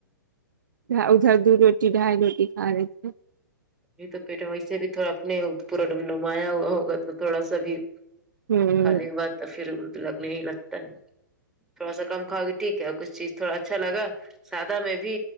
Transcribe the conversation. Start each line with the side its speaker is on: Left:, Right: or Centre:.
Right: ادھر دو روٹی ڈھائی روٹی کھا رہے تھ
Centre: یہ تو پیٹ ویسے بھی تھوڑا اپنے پورا ڈڈمایا ہوا ہوگا تو تھوڑا سا بھی
Right: ہ
Centre: کھانے کے بعد تو پھر تو لگنے ہی لگتا ہے تھوڑا سا کم کھاؤ گی ٹھیک ہے اور کچھ چیز تھوڑا اچھا لگا سادہ میں بھی